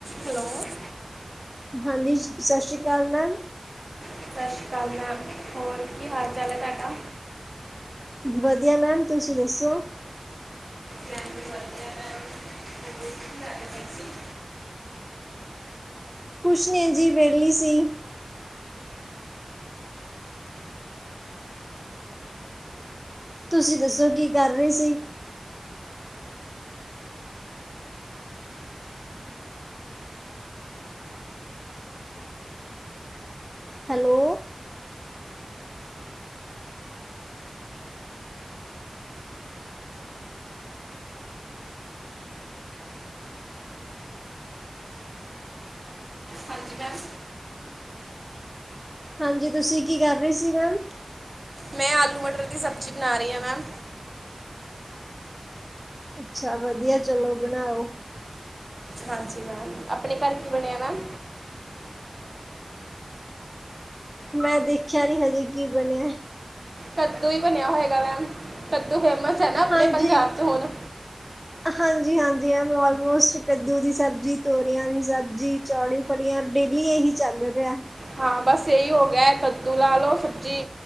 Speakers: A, on the right; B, in the centre.
A: Hello ਸਤਿ
B: ਹਾਂਜੀ ਸਤਿ ਸ੍ਰੀ ਅਕਾਲ ਮੈਮ,
A: ਸਤਿ ਸ਼੍ਰੀ ਅਕਾਲ ਮੈਮ ਹੋਰ ਕੀ ਹਾਲ ਚਾਲ ਐ ਤੁਹਾਡਾ?
B: ਵਧੀਆ ਮੈਮ, ਤੁਸੀਂ ਦੱਸੋ?
A: ਮੈਮ ਵਧੀਆ ਮੈਮ ਹੋਰ ਕੀ ਕਰਦੇ ਪਏ ਸੀ
B: ਕੁਝ ਨੀ ਜੀ ਵਿਹਲੀ ਸੀ। ਤੁਸੀਂ ਦੱਸੋ ਕੀ ਕਰ ਰਹੇ ਸੀ? ਹੈਲੋ
A: ਹਾਂਜੀ ਮੈਮ
B: ਹਾਂਜੀ ਤੁਸੀਂ ਕੀ ਕਰ ਰਹੇ ਸੀ ਮੈਮ
A: ਮੈਂ ਆਲੂ ਮਟਰ ਦੀ ਸਬਜ਼ੀ ਬਣਾ ਰਹੀ ਆ ਮੈਮ
B: ਅੱਛਾ ਵਧੀਆ ਚਲੋ ਬਣਾਓ
A: ਹਾਂਜੀ ਮੈਮ ਆਪਣੇ ਘਰ ਕੀ ਬਣਿਆ ਮੈਮ
B: ਮੈਂ ਦੇਖਿਆ ਨੀ ਹਜੇ ਕੀ ਬਣਿਆ
A: ਕੱਦੂ ਹੀ ਬਣਿਆ ਹੋਏਗਾ ਮੈਮ ਕੱਦੂ ਫੇਮਸ ਹੈ ਨਾ ਆਪਣੇ
B: ਹਾਂਜੀ
A: ਪੰਜਾਬ 'ਚ ਹੁਣ
B: ਹਾਂਜੀ ਹਾਂਜੀ ਆਲਮੋਸਟ ਕੱਦੂ ਦੀ ਸਬਜ਼ ਤੋਰੀਆਂ ਦੀ ਸਬਜ਼ੀ ਚੌਲੀ ਫਲੀਆਂ ਡੇਲੀ ਇਹੀ ਚੱਲਦਾ ਪਿਆ
A: ਹਾਂ ਬਸ ਇਹੀ ਹੋ ਗਿਆ ਕੱਦੂ ਲਾ ਲੋ ਸਬਜ਼ੀ